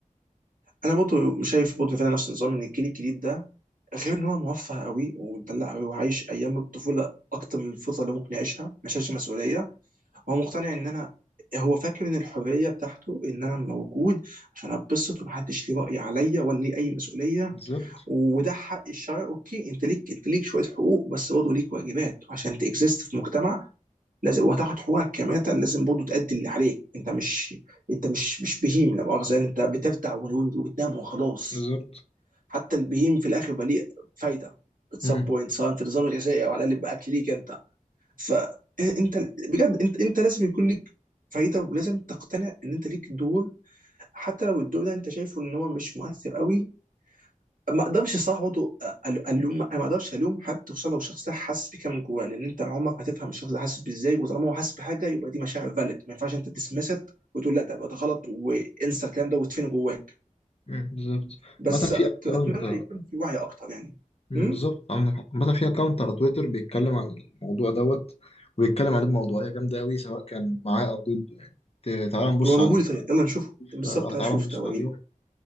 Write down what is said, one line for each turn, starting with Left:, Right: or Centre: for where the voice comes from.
Right: انا برضه شايف برضه فعلا نفس النظام ان الجيل الجديد ده غير ان هو موفر قوي ومدلع قوي وعايش ايام الطفوله اكتر من الفتره اللي ممكن يعيشها ما شالش مسؤوليه هو مقتنع ان انا هو فاكر ان الحريه بتاعته ان انا موجود عشان اتبسط ومحدش ليه راي عليا ولا ليه اي مسؤوليه
Left: بالظبط
Right: وده حق الشرع اوكي انت ليك انت ليك شويه حقوق بس برضه ليك واجبات عشان تكزيست في مجتمع لازم وهتاخد حقوقك كماتا لازم برضه تأدي اللي عليك انت مش انت مش مش بهيم لا مؤاخذه يعني انت بترتع و- وتنام وخلاص
Left: بالظبط
Right: حتى البهيم في الاخر بقى ليه فايده at some
Left: امم
Right: point سواء في النظام الغذائي او على الاقل باكل ليك انت فانت بجد انت انت لازم يكون ليك فايده ولازم تقتنع ان انت ليك دور حتى لو الدور ده انت شايفه ان هو مش مؤثر قوي ما اقدرش الصراحه برضه أل- الوم انا ما اقدرش الوم حد خصوصا لو الشخص ده حاسس بكده من جواه لان انت عمرك ما تفهم الشخص ده حاسس بازاي وطالما هو حاسس بحاجه يبقى دي مشاعر فالid ما ينفعش انت تسمست وتقول لا ده ده غلط وانسى الكلام ده وتفين جواك
Left: امم بالظبط
Right: بس
Left: مثلا في
Right: أت-
Left: اكونت
Right: اتمنى يكون في وعي اكتر يعني
Left: بالظبط
Right: امم
Left: عندك حق مثلا في اكونت على تويتر بيتكلم عن الموضوع دوت وبيتكلم عليه بموضوعية جامدة أوي سواء كان معاه أو ضده يعني ت- تعال نبص
Right: وريهولي
Left: عليه كده
Right: طيب يلا نشوفه بالظبط
Left: ف- أو تعال
Right: هشوف
Left: نبص
Right: ده وريني
Left: عليه